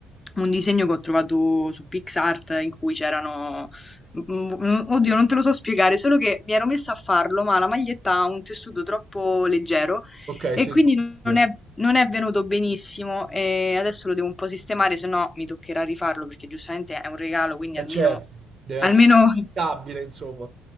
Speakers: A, on the left; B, on the right.
A: un disegno che ho trovato su PixArt in cui c'erano... mm, mm, Oddio, non te lo so spiegare, solo che mi ero messa a farlo, ma la maglietta ha un tessuto troppo leggero
B: Ok,
A: e
B: si
A: quindi
B: distrugge.
A: non è, non è venuto benissimo e adesso lo devo un po' sistemare, se no mi toccherà rifarlo perché giustamente è un regalo, quindi
B: Eh
A: almeno,
B: certo, deve
A: almeno
B: essere
A: <laughs>
B: stabile, insomma.